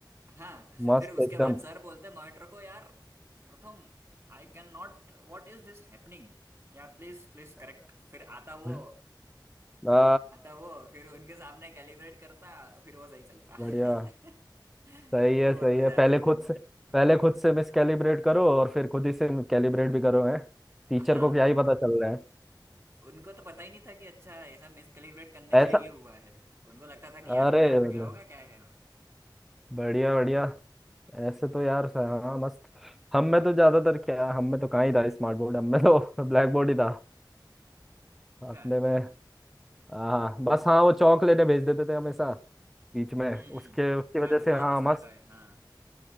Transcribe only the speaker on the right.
हाँ
फिर उसके
बाद सर बोलते मॉनिटर को यार Pratham I can not what is this happening यार प्लीज प्लीज करेक्ट फिर आता वो
आता वो फिर उनके सामने कैलिब्रेट करता फिर वो सही चलता
<laughs> तो
बहुत
मजा
आते थे
हाँ
उनको तो पता ही नहीं था कि अच्छा ऐसा मिस कैलिब्रेट करने
से ये हुआ है उनको लगता था कि
यार अपने आप हो
गया होगा क्या है
अच्छा
हम्म हम्म
हाँ वो
तो सबका
है हाँ